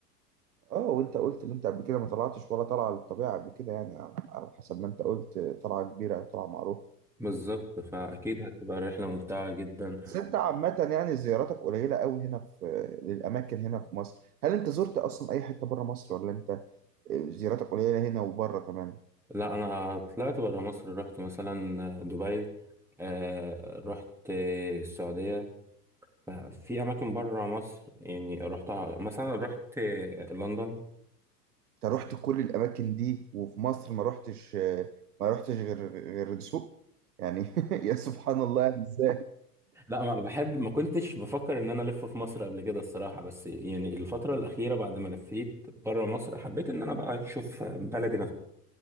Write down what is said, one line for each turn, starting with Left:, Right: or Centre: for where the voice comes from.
Right: اه وانت قلت ان انت قبل كده ما طلعتش ولا طالعه للطبيعه قبل كده يعني على على حسب ما انت قلت طلعه كبيره او طلعه معروفه
Centre: بالظبط فاكيد هتبقى رحله ممتعه جدا
Right: بس انت عامه يعني زياراتك قليله قوي هنا في للاماكن هنا في مصر هل انت زرت اصلا اي حته بره مصر ولا انت آه، زياراتك قليله هنا وبره كمان
Centre: لا انا طلعت برا مصر رحت مثلا دبي آه، رحت السعوديه في اماكن برا مصر يعني رحتها مثلا رحت لندن
Right: انت رحت كل الاماكن دي وفي مصر ما رحتش ما رحتش غير غير الدسوق يعني <laughs> يا سبحان الله يعني ازاي
Centre: لا ما بحب ما كنتش بفكر ان انا الف في مصر قبل كده الصراحه بس يعني الفتره الاخيره بعد ما لفيت برا مصر حبيت ان انا بقى اشوف بلدي